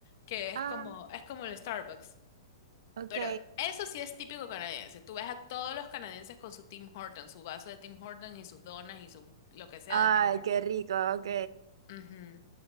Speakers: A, on the left; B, on the right.
A: que es
B: Ah,
A: como, es como el Starbucks.
B: ok.
A: Pero eso sí es típico canadiense. Tú ves a todos los canadienses con su Tim Hortons, su vaso de Tim Hortons y sus donas y su lo que sea
B: Ay,
A: de Tim Hortons.
B: qué rico, ok.
A: Ujú.